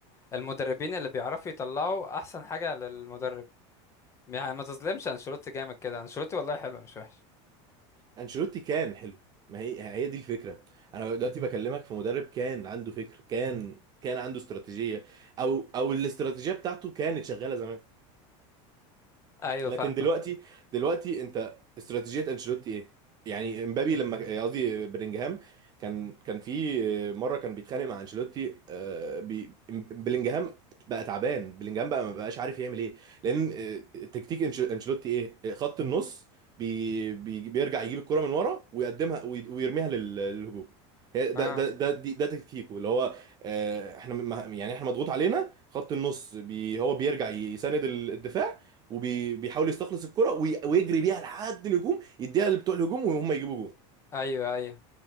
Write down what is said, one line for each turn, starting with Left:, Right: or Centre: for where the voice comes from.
Left: المدربين اللي بيعرفوا يطلعوا احسن حاجه للمدرب يعني ما تظلمش انشيلوتي جامد كده انشيلوتي والله حلو مش وحش
Right: انشيلوتي كان حلو ما هي هي دي الفكرة انا دلوقتي بكلمك في مدرب كان عنده فكر كان كان عنده استراتيجية او او الاستراتيجية بتاعته كانت شغالة زمان
Left: ايوه
Right: لكن
Left: فاهمك
Right: دلوقتي دلوقتي انت استراتيجيه انشيلوتي ايه؟ يعني امبابي لما قصدي بلينجهام كان كان في مره كان بيتخانق مع انشيلوتي آه، بي- بلينجهام بقى تعبان بلينجهام بقى ما بقاش عارف يعمل ايه لان آه، تكتيك أنش- انشيلوتي ايه؟ خط النص بي بي بيرجع يجيب الكره من ورا ويقدمها وي- ويرميها لل- للهجوم هي ده
Left: اه
Right: ده ده دي- ده تكتيكه اللي هو آه، احنا م- يعني احنا مضغوط علينا خط النص بي هو بيرجع يساند الدفاع وبيحاول يستخلص الكرة وي- ويجري بيها لحد الهجوم يديها لبتوع الهجوم وهم يجيبوا جول
Left: ايوه ايوه